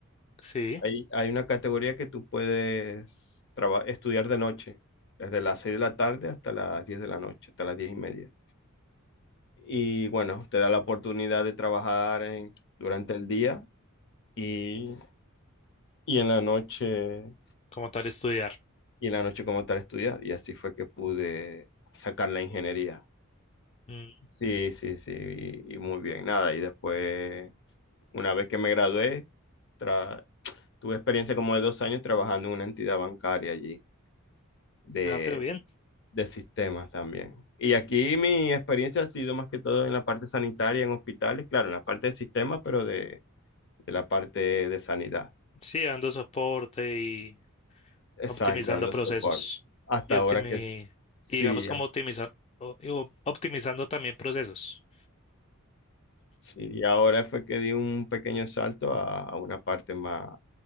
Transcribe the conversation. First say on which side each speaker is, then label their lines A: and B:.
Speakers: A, on the left (about 30°); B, on the left (about 55°).
A: sí,
B: Hay, hay una categoría que tú puedes traba- estudiar de noche, desde las 6 de la tarde hasta las 10 de la noche, hasta las 10 y media. Y bueno, te da la oportunidad de trabajar en- durante el día y, y en la noche,
A: como tal estudiar.
B: y en la noche como tal estudiar. Y así fue que pude sacar la ingeniería.
A: Mm,
B: Sí, sí, sí, y, y muy bien, nada. Y después, una vez que me gradué, tra- tuve experiencia como de dos años trabajando en una entidad bancaria allí de,
A: ah, pero bien.
B: de sistemas también. Y aquí mi experiencia ha sido más que todo en la parte sanitaria, en hospitales, claro, en la parte de sistemas, pero de, de la parte de sanidad.
A: Sí, dando soporte y
B: Exacto,
A: optimizando
B: dando
A: procesos.
B: soporte. Hasta
A: Y optimi-
B: ahora que sí,
A: y digamos como
B: ah,
A: optimizar, o- y op- optimizando también procesos.
B: sí. Y ahora fue que di un pequeño salto a, a una parte más,